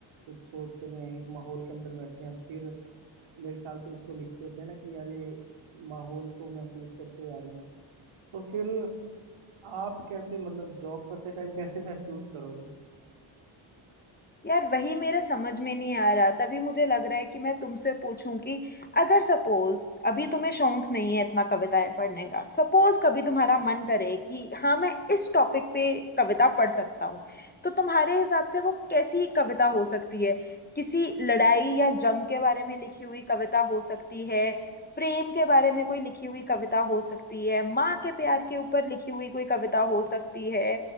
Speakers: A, on the right; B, on the left.
A: कुछ सोच रहे हैं एक माहौल के अंदर बैठे हैं फिर मेरे ख्याल से उसको लिखते होते हैं ना कि यार ये माहौल को महसूस करते हुए आ रही है तो फिर आप कैसे मतलब जॉब करते टाइम कैसे <laughs> महसूस करोगे
B: यार वही मेरा समझ में नहीं आ रहा तभी मुझे लग रहा है कि मैं तुमसे पूछूं कि अगर सपोज अभी तुम्हें शौक नहीं है इतना कविताएं पढ़ने का सपोज कभी तुम्हारा मन करे कि हाँ मैं इस टॉपिक पे कविता पढ़ सकता हूँ तो तुम्हारे हिसाब से वो कैसी कविता हो सकती है किसी लड़ाई या जंग के बारे में लिखी हुई कविता हो सकती है प्रेम के बारे में कोई लिखी हुई कविता हो सकती है माँ के प्यार के ऊपर लिखी हुई कोई कविता हो सकती है